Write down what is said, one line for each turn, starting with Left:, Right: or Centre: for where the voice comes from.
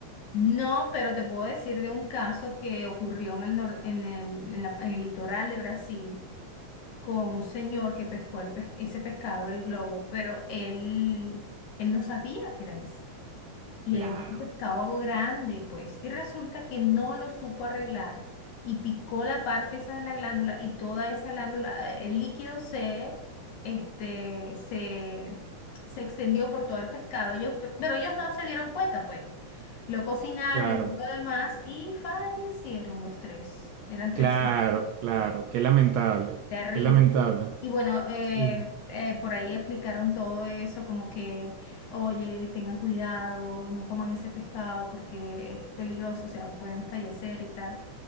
Left: no, pero te puedo decir de un caso que ocurrió en el, nor- en el, en la- en el litoral de Brasil con un señor que pescó el pes- ese pescado, el globo, pero él, él no sabía que era ese. Y
Right: Claro,
Left: era un pescado grande, pues. Y resulta que no lo supo arreglar y picó la parte esa de la glándula y toda esa glándula, eh, el líquido se, este, se, se extendió por todo el pescado. Ellos, pe- pero ellos no se dieron cuenta, pues. Lo cocinaron
Right: claro,
Left: y todo lo demás y fallecieron los tres. Eran tres.
Right: claro, claro. Qué lamentable,
Left: Terrible.
Right: qué lamentable.
Left: Y bueno, eh,
Right: Sí.
Left: eh, por ahí explicaron todo eso, como que, oye, tengan cuidado, no coman ese pescado porque es peligroso, o sea, pueden fallecer y tal.